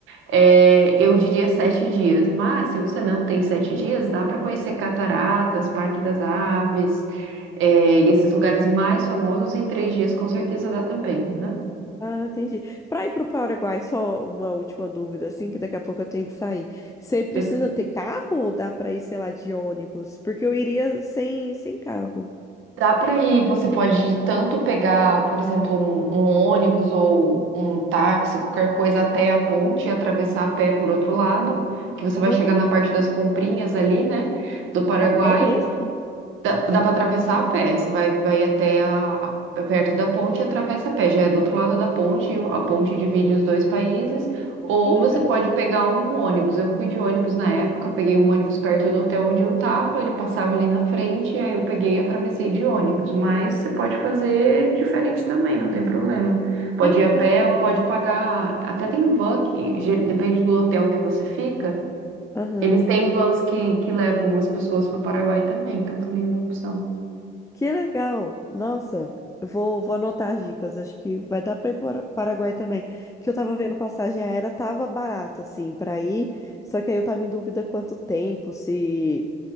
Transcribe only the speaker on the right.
É, eu diria sete dias, mas se você não tem sete dias, dá para conhecer cataratas, Parque das Aves, é, e esses lugares mais famosos em três dias, com certeza dá também. aham.
Sem problema.
Dá para ir, você pode tanto pegar, por exemplo, um, um ônibus ou um táxi, qualquer coisa, até a ponte e atravessar a pé por outro lado, que você vai
chegar na parte das comprinhas ali, né, do Paraguai.
Dá, dá para atravessar a pé. Você vai, vai até a, a- perto da ponte e atravessa a pé. Já é do outro lado da ponte, e a ponte divide os dois países. Ou
você pode pegar um ônibus. Eu fui de ônibus na época, peguei um ônibus perto do hotel onde eu tava, ele passava ali na frente, aí eu peguei e atravessei de ônibus. Mas você pode fazer diferente também, não tem problema. Pode
ir a pé ou pode pagar. Até tem van que, ge- depende do hotel que você fica,
eles têm vans que, que levam as pessoas para o Paraguai também, então também é uma opção.